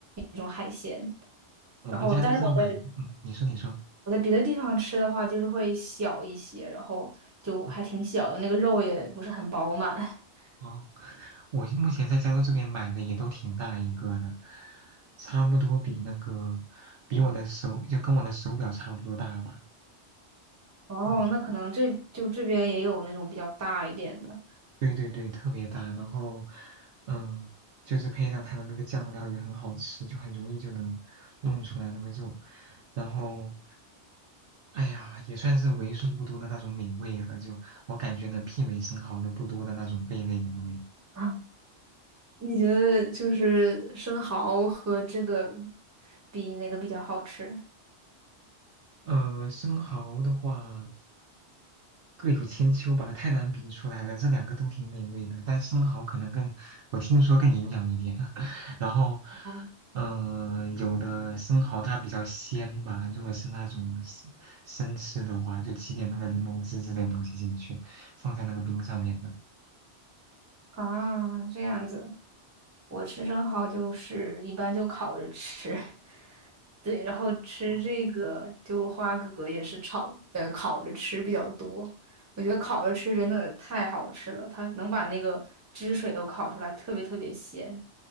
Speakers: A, on the right; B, on the right.
A: 那种海鲜。
B: 我们家州这买的，
A: 然后，但是我在
B: 嗯，你说你说，
A: 我在别的地方吃的话，就是会小一些，然后就还挺小的，
B: 嗯，
A: 那个肉也不是很饱满。<laughs>
B: 哦，我目前在加州这边买的也都挺大一个的，差不多比那个比我的手就跟我的手表差不多大吧。
A: 哦，
B: 嗯。
A: 那可能这就这边也有那种比较大一点的。
B: 对对对，特别大，然后，嗯，就是配上它的那个酱料也很好吃，就很容易就能弄出来那个肉，然后，哎呀，也算是为数不多的那种美味了，就我感觉能媲美生蚝的不多的那种贝类美味。
A: <laughs> 啊，你觉得就是生蚝和这个比哪个比较好吃？
B: 呃，生蚝的话。各有千秋吧，太难比出来了。这两个都挺美味的，但生蚝可能更，我听说更营养一点。<laughs> 然后，
A: 哦，
B: 嗯、有的生蚝它比较鲜吧，如果是那种生生吃的话，就挤点那个柠檬汁之类的东西进去，放在那个冰上面的。
A: 啊，这样子，我吃生蚝就是一般就烤着吃，<laughs> 对，然后吃这个就花蛤也是炒，
B: 哦
A: 呃，烤着吃比较多。我觉得烤着吃真的太好吃了，它能把那个汁水都烤出来，特别特别鲜。